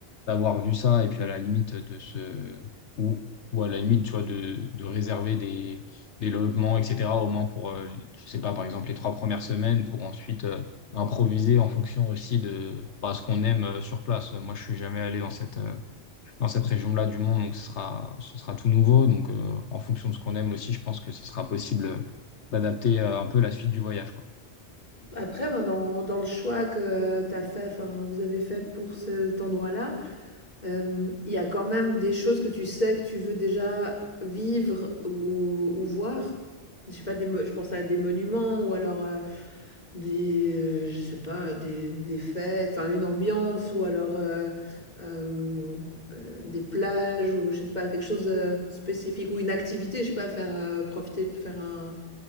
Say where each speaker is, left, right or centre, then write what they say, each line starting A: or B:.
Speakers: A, on the left; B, on the left.
A: d'avoir vu ça. Et puis à la limite de se. Ou, ou à la limite, tu vois, de, de réserver des, des logements, etc. Au moins pour, euh, je sais pas, par exemple, les trois premières semaines pour ensuite. euh, improviser en fonction aussi de bah, ce qu'on aime euh, sur place. Moi, je suis jamais allé dans cette, euh, dans cette région-là du monde. Donc, ce sera, ce sera tout nouveau. Donc, euh, en fonction de ce qu'on aime aussi, je pense que ce sera possible euh, d'adapter euh, un peu la suite du voyage, quoi.
B: Après, ben, dans dans le choix que tu as fait, enfin, vous avez fait pour cet endroit-là Hem, il y a quand même des choses que tu sais que tu veux déjà vivre ou ou voir? Je sais pas, des mo je pense à des monuments ou alors, heu, des, heu, je sais pas, des des fêtes, enfin une ambiance ou alors, heu, hem, heu, des plages ou je sais pas, quelque chose, heu, spécifique ou une activité, je sais pas, faire, heu, profiter de faire un